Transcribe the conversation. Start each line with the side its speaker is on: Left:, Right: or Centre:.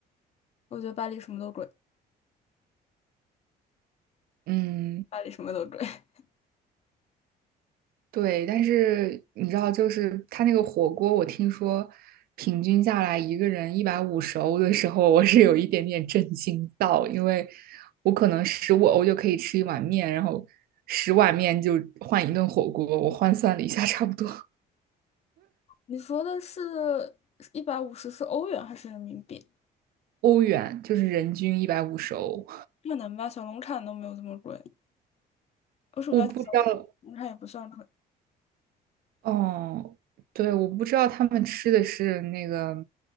Left: 我觉得巴黎什么都贵，
Right: 嗯。
Left: 巴黎什么都贵。<laughs>
Right: 对，但是你知道，就是他那个火锅，我听说平均下来一个人一百五十欧的时候，我是有一点点震惊到，因为我可能十五欧就可以吃一碗面，然后十碗面就换一顿火锅，我换算了一下，差不多
Left: 你说的是一百五十是欧元还是人民币？
Right: 欧元就是人均一百五十欧。
Left: 可能吧，小龙产都没有这么贵，为什么要小龙产也不算贵？
Right: 我不知道，哦，对，我不知道他们吃的是那个